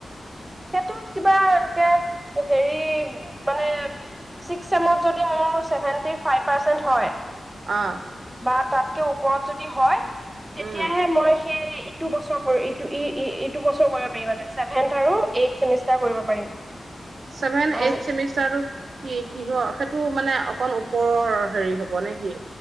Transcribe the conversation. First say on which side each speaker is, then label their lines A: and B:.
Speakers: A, on the right (about 20°); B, on the right (about 70°).
A: সেইটোত কিবা এনেকে হেৰি মানে, চিক্স ছেমত যদি মোৰ চেভেনটি ফাইভ পাৰ্চেণ্ট হয়
B: অ
A: বা তাত ওপৰত যদি হয় তেতিয়াহে
B: উম
A: মই সেই ইটো বছৰ ইটো ই ই ইটো বছৰ ম পাৰি মানে চছেভেন্থ আৰু এইথ চেমিষ্টাৰ কৰিব পাৰিম।
B: ছেভেন
A: আৰু
B: এইছেমিষ্টাৰ কি কিহৰ সেইটো মানে অকণ ওপৰৰ হেৰি হ'ব নেকি?